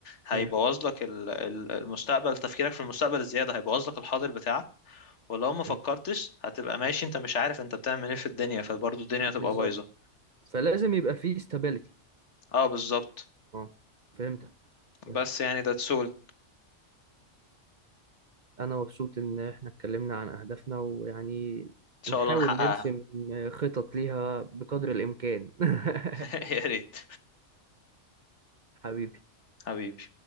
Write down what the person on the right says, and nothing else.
مم.
مم.
بالظبط
فلازم يبقى فيه استابيليتي
اه فهمتك فهمتك
انا مبسوط ان احنا اتكلمنا عن اهدافنا ويعني
نحاول
نرسم خطط ليها بقدر الامكان <laughs>
حبيبي